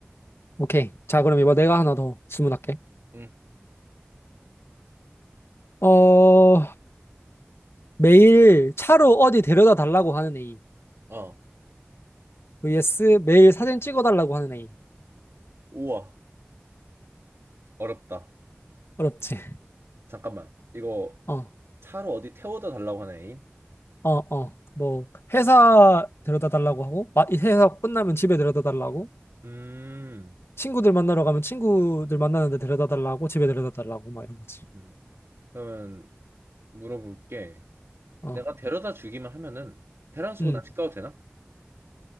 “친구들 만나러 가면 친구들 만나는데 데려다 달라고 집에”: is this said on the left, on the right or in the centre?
Left